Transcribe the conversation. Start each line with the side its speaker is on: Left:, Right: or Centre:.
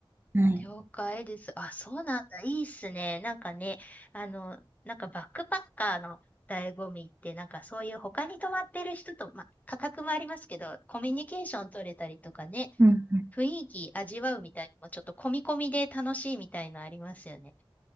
Right: はい。
Left: 了解です。あ、そうなんだ。いいっすね。なんかね、あの、なんかバックパッカーの醍醐味って、なんかそういう他に泊まってる人と、まあ、価格もありますけど、コミュニケーション取れたりとかね、
Right: うんうん。
Left: 雰囲気味わうみたいなのも、ちょっと込み込みで楽しいみたいのありますよね。